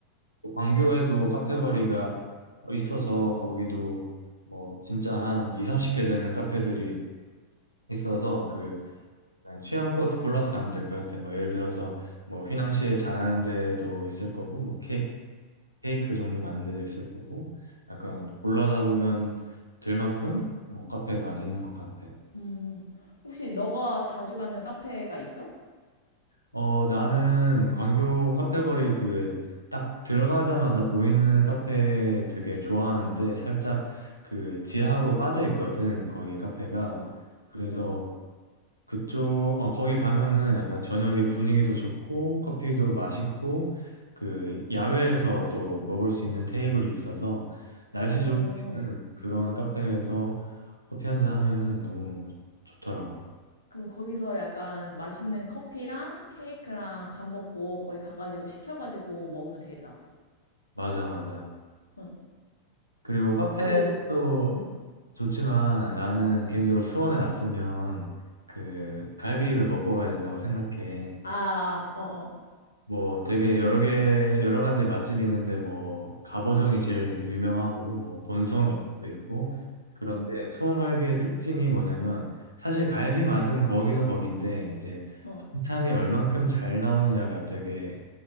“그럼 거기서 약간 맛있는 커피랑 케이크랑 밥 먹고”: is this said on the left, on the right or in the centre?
Left